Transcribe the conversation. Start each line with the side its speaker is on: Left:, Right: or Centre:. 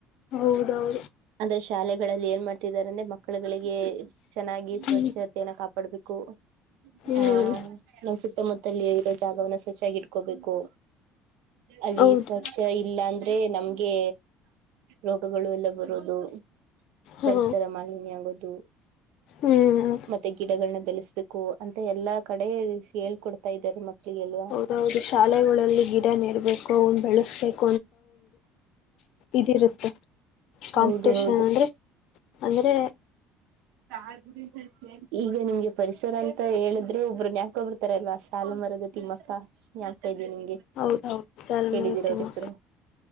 Left: ಹೌದ್ ಹೌದು.
Right: ಅಂದ್ರೆ ಶಾಲೆಗಳಲ್ಲಿ ಏನ್ ಮಾಡ್ತಿದಾರ ಅಂದ್ರೆ ಮಕ್ಕಳುಗಳಿಗೆ ಚೆನ್ನಾಗಿ
Left: ಹ್ಮ್
Right: ಸ್ವಚ್ಛತೆಯನ್ನ ಕಾಪಾಡ್ಬೇಕು.
Left: ಹ್ಮ್
Right: ಆ ನಮ್ ಸುತ್ತ ಮುತ್ತಲ ಇರೋ ಜಾಗವನ್ನ ಸ್ವಚ್ಚಾಗಿ ಇಟ್ಕೋಬೇಕು. ಅಲ್ಲಿ
Left: ಹೌದು
Right: ಸ್ವ ಚ್ಚ ಇಲ್ಲ ಅಂದ್ರೆ ನಮ್ಗೆ ರೋಗಗಳು ಎಲ್ಲ ಬರೋದು.
Left: ಹ
Right: ಪರಿಸರ ಮಾಲಿನ್ಯ ಆಗೋದು.
Left: ಹ್ಮು
Right: ಮತ್ತೆ ಗಿಡಗಳನ್ನ ಬೆಳೆಸ್ಬೇಕು ಅಂತ ಎಲ್ಲಾ ಕಡೆ ಹೇಳ್ಕೊಡ್ತಾ ಇದ್ದಾರೆ ಮಕ್ಳಿಗೆಲ್ಲ.
Left: ಹೌದ್ ಹೌದು ಶಾಲೆಗಳಲ್ಲಿ ಗಿಡ ನೆಡ್ಬೇಕು ಅವನ್ ಬೆಳಸ್ಬೇಕು. ಇದಿರುತ್ತೆ ಕಾಂಪಿಟೇಷನ್
Right: ಹೌದು ಹೌದು.
Left: ಅಂದ್ರೆ ಅಂದ್ರೆ
Right: <unintelligible> ಈಗ ನಿಮ್ಗೆ ಪರಿಸರ ಅಂತ ಹೇಳಿದ್ರು ಒಬ್ಬರು ನ್ಯಾಪಾಕ ಬರ್ತಾರಲ್ವಾ ಸಾಲ ಮರದ ತಿಮ್ಮಕ್ಕ. <unintelligible> ಇದ್ದೆ ನಿಮ್ಗೆ
Left: ಹೌದೌದು ಸಾಲುಮರ
Right: ಕೇಳಿದ್ದೀರ
Left: ತಿಮ್ಮಕ್ಕ
Right: ಅವ್ರ ಹೆಸರು.